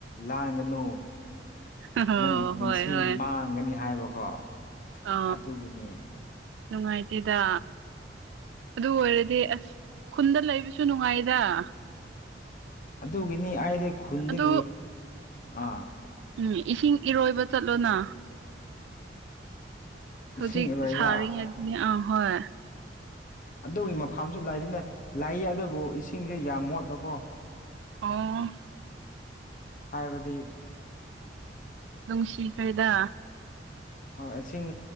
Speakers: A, on the left; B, on the right.
A: ꯂꯥꯟꯒꯅꯨ ꯫
B: ꯍꯣꯏ
A: ꯅꯪꯒꯤ ꯄꯨꯟꯁꯤ
B: ꯍꯣꯏ
A: ꯃꯥꯡꯒꯅꯤ ꯍꯥꯏꯕꯀꯣ
B: ꯑ
A: ꯑꯗꯨꯒꯤꯅꯦ ꯫
B: ꯅꯨꯡꯉꯥꯏꯇꯦꯗ ꯑꯗꯨ ꯑꯣꯏꯔꯗꯤ ꯑꯁ ꯈꯨꯟꯗ ꯂꯩꯕꯁꯨ ꯅꯨꯡꯉꯥꯏꯗ ꯫
A: ꯑꯗꯨꯒꯤꯅꯤ ꯑꯩꯗꯤ ꯈꯨꯟꯗꯒꯤ
B: ꯑꯗꯨ
A: ꯑꯥ
B: ꯎꯝ ꯏꯁꯤꯡ ꯏꯔꯣꯏꯕ ꯆꯠꯂꯣꯅ ꯫ ꯍꯧꯖꯤꯛ
A: ꯏꯁꯤꯡ ꯑꯔꯣꯏꯕ
B: ꯁꯥꯔꯤꯉꯩꯗꯗꯤ ꯑꯥ ꯍꯣꯏ ꯫
A: ꯑꯗꯨꯒꯤ ꯃꯐꯝꯁꯨ ꯂꯩꯔꯤꯅꯦ ꯂꯩ ꯑꯗꯨꯕꯨ ꯏꯁꯤꯡꯁꯦ ꯌꯥꯝ ꯃꯣꯠꯄꯀꯣ ꯫
B: ꯑꯣ
A: ꯍꯥꯏꯕꯗꯤ
B: ꯅꯨꯡꯁꯤꯈ꯭ꯔ‌ꯦꯗ
A: ꯍꯣꯏ ꯏꯁꯤꯡ